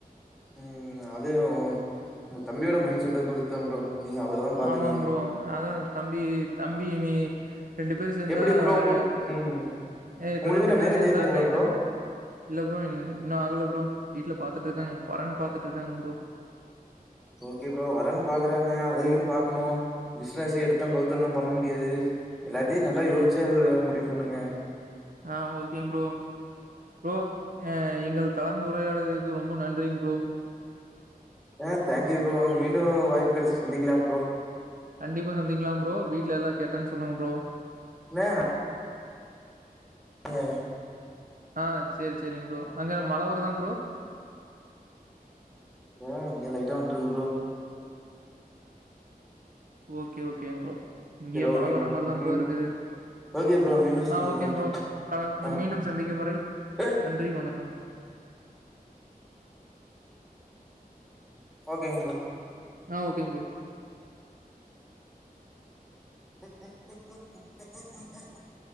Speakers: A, in the centre; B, on the right (about 60°).
A: உம் அது ஒ ஒங்க தம்பியோட மைண்ட்செட்ட பொறுத்தா ப்ரோ நீங்க அவரதா பாத்துக்கணு
B: ஆமா ப்ரோ அதா தம்பி தம்பி நீ ரெண்டு பேரு சேந்தா
A: எப்டி ப்ரோ உங்கள்
B: ரேக்கு
A: ம்
B: ஏ இப்ப
A: உங்களுக்கு
B: ரெண்டு
A: என்ன
B: பேரு
A: மேரேஜ்
B: சேந்தா
A: ஆயிடுச்சுங்களா
B: கைத்தட்டு
A: ப்ரோ
B: இல்ல ப்ரோ இல் இன்னு ஆகல ப்ரோ வீட்லப் பாத்துட்டுருக்காங்க வரன் பாத்துட்டுருக்காங்க ப்ரோ
A: ஓகே ப்ரோ வரன் பாக்குறாங்க அதையு பாக்கணு பிசினஸ் எடுத்தோ கவுத்தோனு நம்ம பண்ண முடியாது எல்லாத்தையு நல்லா யோசிச்ச ஒரு முடிவு பண்ணுங்க
B: ஆஹ் ஓகேங் ப்ரோ ப்ரோ அ எங்கள் கலந்துரையாடுறத்துக்கு ரொம்ப நன்றிங்க ப்ரோ
A: ஆஹ் தேங்க்யூ ப்ரோ மீண்டும் வாய்ப்பு கெடைச்ச சந்திக்கலாம் ப்ரோ
B: கண்டிப்பா சந்திக்கலாம் ப்ரோ வீட்ல எல்லா கேட்டேன்னு சொல்லுங்க ப்ரோ
A: வேணா ஆஹ
B: ஆஹ் செரி செரிங்க ப்ரோ அங்க மழ வருதாங் ப்ரோ
A: ஏ இங்க லைட்டா வந்ட்டுருக்கு ப்ரோ
B: ஓகே ஓகேங்க ப்ரோ இங்கேயு
A: சரி ஓகேங்க
B: மழ வரற மாதிரிதா ப்ரோ
A: ம்.
B: இருக்குது
A: ஓகே ப்ரோ மீண்டு சந்திக்கலா
B: ஆஹ் ஓகே ப்ரோ கல
A: ஆ
B: மீண்டும் சந்திக்கும் முறை
A: ஏய்
B: நன்றி வணக்கம்
A: ஓகேங் ப்ரோ
B: ஆஹ் ஓகே ப்ரோ
A: உஹும் உஹும் ம் உஹும்